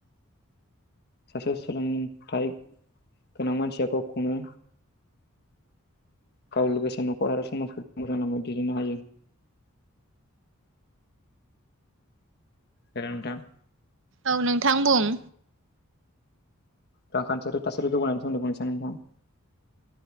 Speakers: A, on the left; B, on the right.
A: सासे सोलोंथाइ गोनां मानसिया गावखौनो गाव लोगोसे न'खर आरो समाजखौ मोजां लामायाव दैदेननो हायो। हेल' नोंथां।
B: औ नोंथां बुं?
A: रांखानथियारि थासारि जौगानायनि सोमोन्दै बुंनोसै आं नोंथां।